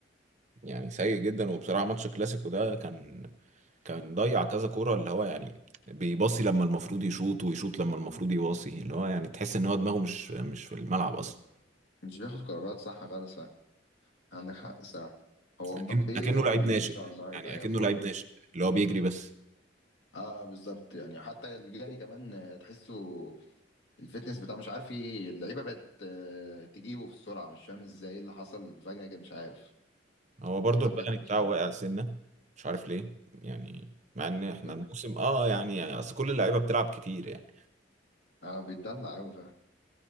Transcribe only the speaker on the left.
مش بياخد قرارات صح خالص فعلا عندك حق الصراحه هو مبابي
هو
اللي
ان شاء الله هيبقى
يا فورمه
اه بالظبط يعني حتى الجاري كمان آه، تحسه الفتنس بتاعه مش عارف ايه اللعيبه بقت آه، تجيبه في السرعه مش فاهم ازاي اللي حصل فجاه كده مش عارف
والله
بجد مش
عارف
يد-
اه بيتدلع قوي